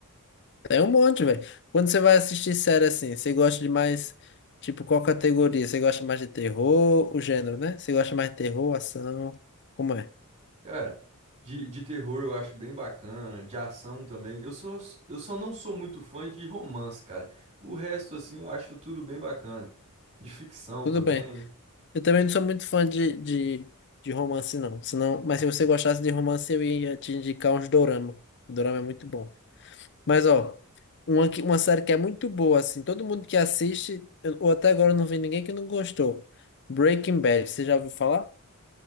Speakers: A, on the left; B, on the right.
A: É um monte, velho. Quando você vai assistir série assim, você gosta de mais, tipo, qual categoria? Você gosta mais de terror, o gênero, né? Você gosta mais de terror, ação? Como é?
B: Cara, de, de terror eu acho bem bacana, de ação também. Eu sou, eu só não sou muito fã de romance, cara. O resto, assim, eu acho tudo bem bacana. De ficção
A: Tudo
B: também.
A: bem. Eu também não sou muito fã de, de, de romance, não. Senão, mas se você gostasse de romance, eu ia te indicar uns dorama. O dorama é muito bom. Mas, ó, uma, que- uma série que é muito boa, assim, todo mundo que assiste, eu- ou até agora eu não vi ninguém que não gostou. Breaking Bad, você já ouviu falar?